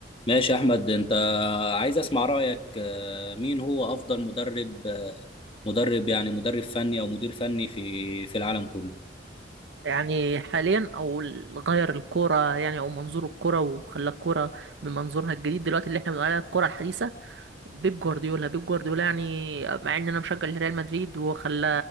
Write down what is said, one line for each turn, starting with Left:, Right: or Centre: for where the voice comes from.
Left: ماشي يا احمد انت عايز اسمع رايك آه، مين هو افضل مدرب آه، مدرب يعني مدرب فني او مدير فني في في العالم كله
Right: يعني حاليا او ال- غير الكوره يعني او منظور الكوره وخلى الكوره بمنظورها الجديد دلوقتي اللي احنا بنقول عليها الكوره الحديثه بيب جوارديولا بيب جوارديولا يعني مع ان انا مشجع لريال مدريد وخلى